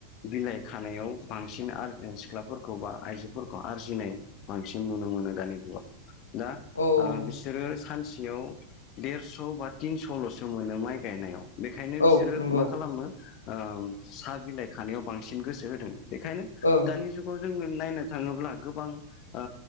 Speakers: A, on the left (about 40°); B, on the left (about 75°).
A: बिलाइ खानायाव बांसिन आर ओ सिख्लाफोरखौ बा आइजोफोरखौ आरजि नाय बांसिन नुनो मोनो दानि जुगाव। दा
B: औ
A: ओ बिस ओ सानसेयाव देरस' बा थिनस'ल'सो मोनो माइ गायनायाव। बेखायनो बिसोरो
B: औ नंगौ
A: मा खालामो ओ साहा बिलाइ खानायाव बांसिन गोसो होदों। बेखायनो
B: ओ
A: दानि जुगाव जोंनो नायनो थाङोब्ला गोबां ओ